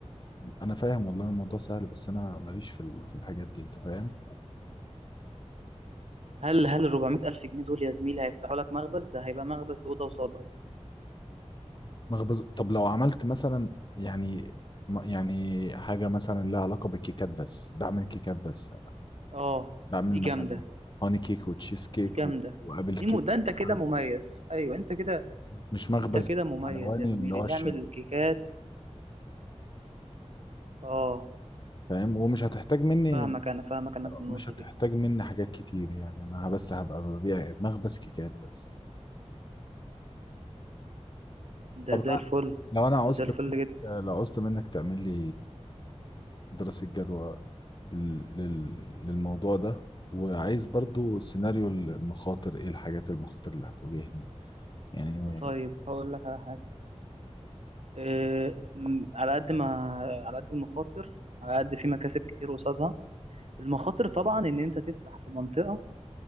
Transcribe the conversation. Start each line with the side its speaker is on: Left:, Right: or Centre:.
Left: انا فاهم والله الموضوع سهل بس انا ماليش في ال- في الحاجات دي انت فاهم
Right: هل هل ال 400 ألف جنيه دول يا زميلي هيفتحوا لك مخبز ده هيبقى مخبز أوضة وصالة
Left: مخبز طب لو عملت مثلا يعني ما- يعني حاجة مثلا لها علاقة بالكيكات بس بعمل كيكات بس
Right: آه
Left: بعمل
Right: دي جامدة
Left: مثلا هوني كيك وتشيز كيك
Right: دي جامدة
Left: و- وابل
Right: دي
Left: كيك
Right: م... ده انت
Left: وكارب
Right: كده مميز ايوه انت كده
Left: مش مخبز
Right: انت كده مميز
Left: حلواني
Right: يا زميلي
Left: اللي هو
Right: تعمل
Left: الشرق
Right: كيكات اه
Left: فاهم ومش هتحتاج مني
Right: فاهمك انا فاهمك انا في النقطة
Left: مش هتحتاج
Right: دي
Left: مني حاجات كتير يعني انا بس هبقى ببيع مخبز كيكات بس
Right: ده
Left: طب
Right: زي
Left: بقى
Right: الفل
Left: لو انا عوزت
Right: ده زي الفل
Left: منك
Right: جدا
Left: لو عوزت منك تعمل لي دراسة جدوى لل- لل- للموضوع ده وعايز برضو سيناريو المخاطر ايه الحاجات المخاطر اللي هتواجهني يعني
Right: آه، طيب هقول لك على حاجة إيه... م- على قد ما على قد المخاطر على قد في مكاسب كتير قصادها المخاطر طبعا ان انت تفتح في منطقة